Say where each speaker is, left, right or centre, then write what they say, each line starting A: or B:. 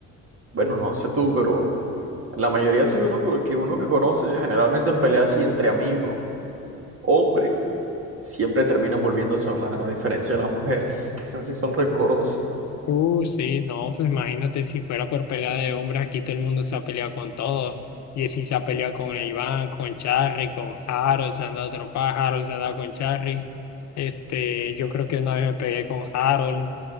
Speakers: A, on the right; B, on the left.
A: bueno, no sé tú, pero la mayoría sí uno co- que uno que conoce, generalmente en peleas así entre amigos, hombres, siempre terminan volviéndose a hablar, a diferencia de las mujeres, <laughs> que esas sí son rencorosas.
B: Uh, sí, no, pues imagínate si fuera por pelea de hombres, aquí todo el mundo se ha peleado con todos. Jessy se ha peleado con Iván, con Charry, con Harold, se han dado trompadas, Harold se ha dado con Charry. Este, yo creo que una vez me pegué con Harold.